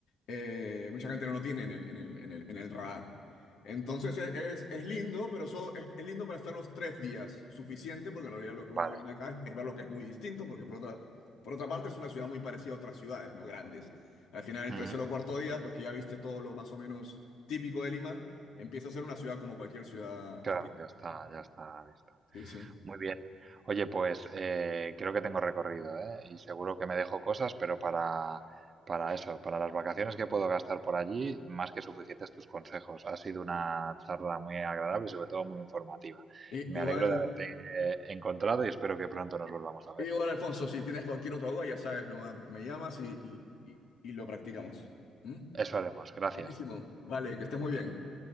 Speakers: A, on the left; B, on the right.
A: Eh, mucha gente no lo tiene en el, en el- en el- en el radar. Entonces, e- es, es lindo, pero so- es, es lindo para estar unos tres días, suficiente, porque en realidad lo que
B: Vale.
A: uno viene acá es, es ver lo que es muy distinto, porque por otra, por otra parte es una ciudad muy parecida a otras ciudades, ¿no? Grandes. Al final, el
B: ujú.
A: tercer o cuarto día, pues que ya viste todo lo más o menos típico de Lima, empieza a ser una ciudad como cualquier ciudad
B: Claro,
A: capital,
B: ya está,
A: ¿no?
B: ya está.
A: Sí, sí.
B: Muy bien. Oye, pues eh, creo que tengo recorrido, ¿eh? Y seguro que me dejo cosas, pero para, para eso, para las vacaciones que puedo gastar por allí, más que suficientes tus consejos. Ha sido una charla muy agradable y sobre todo muy informativa.
A: I-
B: Me
A: igual,
B: alegro de haberte eh, encontrado y espero que pronto nos volvamos a ver.
A: igual, Alfonso, si tienes cualquier otra duda, ya sabes, nomás me llamas y, y, y, y lo practicamos. ¿Mm?
B: Eso haremos. Gracias.
A: Buenísimo. Vale, que estés muy bien.